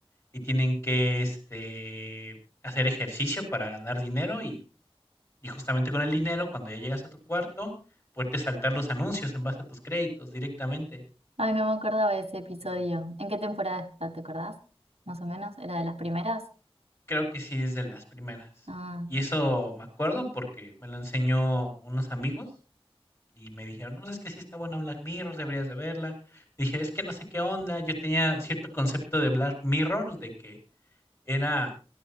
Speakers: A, on the left; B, on the right.
A: y tienen que este hacer ejercicio para ganar dinero y Y justamente con el dinero, cuando ya llegas a tu cuarto, puedes saltar los anuncios en base a tus créditos directamente.
B: ay, no me acordaba de ese episodio.
A: También.
B: ¿En qué temporada está? ¿Te acordás? Más o menos, ¿era de las primeras?
A: Creo que sí es de las primeras.
B: Ah,
A: Y eso me acuerdo porque me lo enseñó unos amigos y me dijeron, no, es que sí está buena Black Mirror, deberías de verla. Dije, es que no sé qué onda. Yo tenía cierto concepto de Black Mirror, de que era,